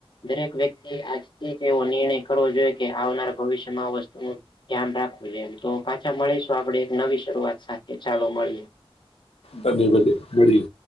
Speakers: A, on the left; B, on the left.
A: દરેક વ્યક્તિ આજથી એક એવો નિર્ણય કરવો જોઈએ કે આવનારા ભવિષ્યમાં આ વસ્તુનું ધ્યાન રાખવું જોઈએ એમ તો પાછા મળીશું આપડે એક નવી શરૂઆત સાથે ચાલો મળીએ.
B: ઘણી બધી મેળવી